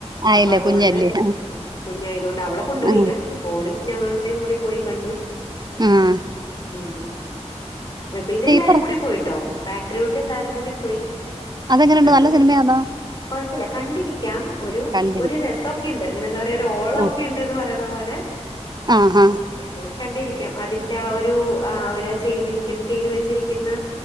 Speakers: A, on the right; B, on the left.
A: ആയില്ലേ
B: അപ്പ അതുകൊണ്ട്
A: കുഞ്ഞല്ലേ
B: ഉം കുഞ്ഞായത്കൊണ്ട് അവളെ കൊണ്ടുപോയില്ല
A: ആഹ്
B: മോനും ഞങ്ങളുടെയും കൂടെ പോയി കണ്ടു
A: ആഹ്
B: ഉം ഇപ്പ ഇതെല്ലാരും
A: പറ
B: കൂടി പോയിട്ടോ പാട്രിയോട്ട് എല്ലാരും കൂടി പോയി
A: അതെങ്ങനുണ്ട്
B: കണ്ടു
A: നല്ല സിനിമയാന്നൊ
B: കൊഴപ്പില്ല കണ്ടിരിക്കാം ഒരു
A: കണ്ടിരിക്കാം
B: ഒരു രസൊക്കെണ്ട് ഇങ്ങനെ എന്താ പറയ ഒരു ഓളോക്കെണ്ട്ന്ന്
A: ആ
B: പറയണ പോലെ
A: ആ ആഹാ
B: എങ്ങനെ കണ്ടിരി ക്കാം അതിൽത്തെ ആ ഒരു അവര് ചെയ്തിരിക്കു ചെയ്തു വെച്ചിരിക്കുന്ന